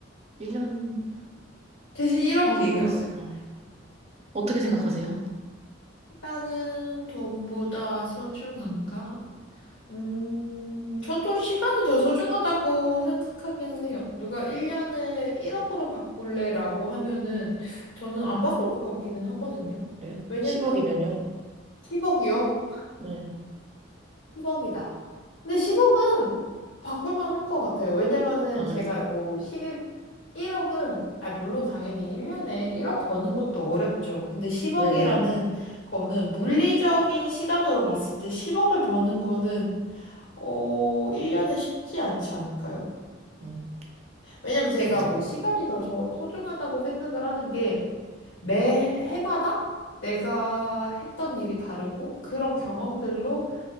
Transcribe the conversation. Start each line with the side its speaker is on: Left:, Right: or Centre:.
Right: 1년,
Left: 대신 1억이에요.
Right: 아, 모르겠어요. 어떻게 생각하세요?
Left: 시간은 돈보다 소중한가? 음, 저도 시간이 더 소중하다고 생각하기는 해요. 누가 1년을 1억으로 바꿀래라고 하면은 저는 안 바꿀 것 같기는 하거든요.
Right: 그래요?
Left: 왜냐면
Right: 10억이면요?
Left: 10억이요?
Right: 네.
Left: 10억이다. 근데 10억은 바꿀 만한 것 같아요. 왜냐면은
Right: 아,
Left: 제가
Right: 그래요?
Left: 뭐 시, 1억은, 아, 물론 당연히 1년에 1억 버는 것도 어렵죠. 근데 10억이라는
Right: 네네.
Left: 거는 물리적인 시간으로 봤을 때 10억을 버는 거는 어, 1년은 쉽지 않지 않을까요?
Right: 네,
Left: 왜냐면 제가
Right: 맞아요.
Left: 뭐 시간이 더 저 소중하다고 생각을 하는 게 매 해마다 내가 했던 일이 다르고 그런 경험들로